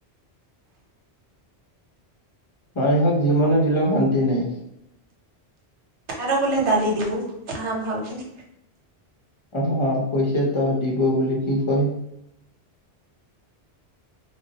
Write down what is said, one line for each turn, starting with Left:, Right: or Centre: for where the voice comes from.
Left: মানুহক জিমানে
Right: আগত
Left: দিলো শান্তি নাই।
Right: আৰু বোলে দালি দিব আহা মাহৰপে।
Left: অ, কৈ হৈছে তহ দিব বুলি কি কয়।